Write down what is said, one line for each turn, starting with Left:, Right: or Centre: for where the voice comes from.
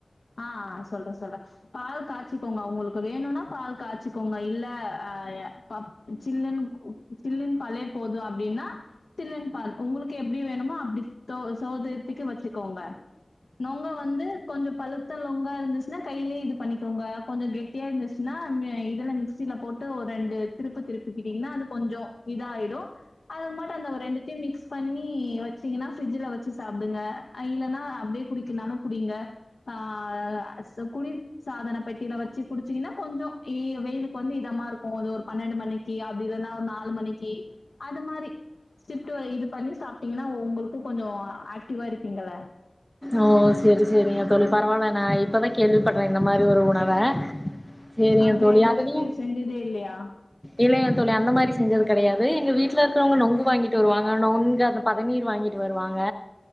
Left: ஆஹ் சொல்றே சொல்றே பால் காய்ச்சிக்கோங்க உங்களுக்கு வேணும்னா பால் காய்சிக்கோங்க இல்ல அஹ் கப் சில்லுனு ஜில்லுனு பாலே போது அப்டின்னா தில்லுன்னு பால் உங்களுக்கு எப்படி வேணுமோ அப்படி சோதரியத்துக்கு வச்சுக்கோங்க நொங்க வந்து கொஞ்சோ பழுத்த லொங்கா இருந்துச்சுன்னா கையிலயே இது பண்ணிக்கோங்க கொஞ்சோ கெட் தேர்ந்துச்சுன்னா இதுல மிக்சியில போட்டு ஒரு ரெண்டு திருப்பு திருப்பிக்கிட்டீங்கன்னா அது கொஞ்சோ இதாயிடு அத மட்டு அந்த ரெண்டுத்தையு மிக்ஸ் பண்ணி வச்சீங்கன்னா ஃபரிட்ஜல வச்சு சாப்பிடுங்க இல்லன்னா அப்டியே குடிக்குனானு நா குடிங்க ஆஹ் குடி சாதன பெட்டியில வச்சு குடிச்சீங்கன்னா கொஞ்சோ வெயிலுக்கு வந்து இதமா இருக்கு கொஞ்சோ அ ஒரு பன்னெண்டு மணிக்கு அப்டி இல்லன்னா ஒரு நாலு மணிக்கு அது மாரி ஸ்டிப்ட் இது பண்ணி சாப்பிட்டீங்கன்னா உங்களுக்கு கொஞ்சோ ஆக்டிவா இருப்பீங்கள
Centre: ஓ சேரி சேரிங்க தோழி பரவாயில்ல நா இப்பதா கேள்வி படுறே இந்த மாரி ஒரு உணவ சேரிங்க
Left: அப்டியா
Centre: தோழி
Left: இது
Centre: அதலியு
Left: வரைக்கு செஞ்சதே இல்லையா
Centre: இல்லையங்க தோழி அந்த மாரி செஞ்சது கிடையது எங்க வீட்ல இருக்கவங்க நொங்கு வாங்கிட்டு வருவாங்க நொங்கு அந்த பதநீர் வாங்கிட்டு வருவாங்க